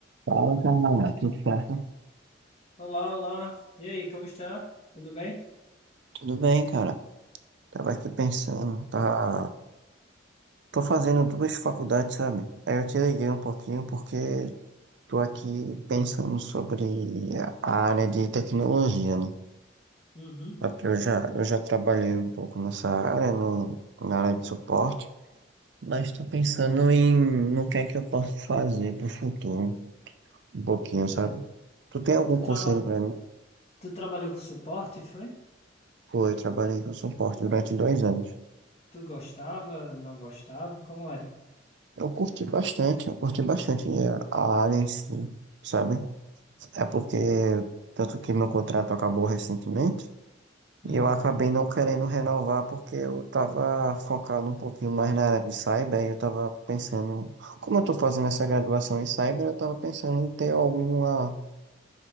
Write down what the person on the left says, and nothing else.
Olá, olá. E aí, como está? Tudo bem?
Uhum,
tô entendendo.
Tu,
traba...
tu trabalhou com suporte, foi?
Tu gostava, não gostava? Como era?
Hum,